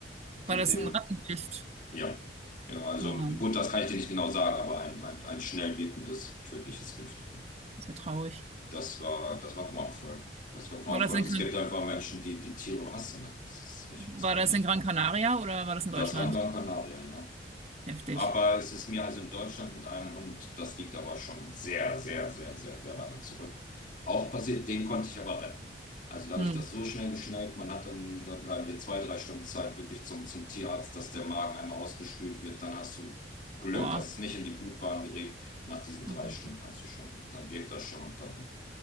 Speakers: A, on the right; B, on the left.
A: war
B: die
A: das
B: dem.
A: ein Rattengift?
B: Ja. Ja, also
A: Oh.
B: gut, das kann ich dir nicht genau sagen, aber ein, ein, ein schnell wirkendes, tödliches Gift.
A: Ist ja traurig.
B: Das war, das war grauenvoll. Das war grauenvoll.
A: War das in
B: Und es
A: Gran
B: gibt einfach Menschen, die die Tiere hassen. Ne? Das ist, ich
A: war
B: weiß gar
A: das
B: nicht.
A: in Gran Canaria oder war das in
B: Das
A: Deutschland?
B: war in Gran Canaria, ja.
A: Heftig.
B: Aber es ist mir also in Deutschland mit einem Hund, das liegt aber schon sehr, sehr, sehr, sehr, sehr lange zurück. Auch passiert, den konnte ich aber retten. Also da habe
A: Hm.
B: ich das so schnell geschnallt, man hat dann, da bleiben dir zwei, drei Stunden Zeit wirklich zum, zum Tierarzt, dass der Magen einmal ausgespült wird. Dann hast du Glück,
A: Boah.
B: dass es nicht in die Blutbahn gerät. Nach diesen
A: Mhm.
B: drei Stunden kannst du schon, dann wirkt das schon und dann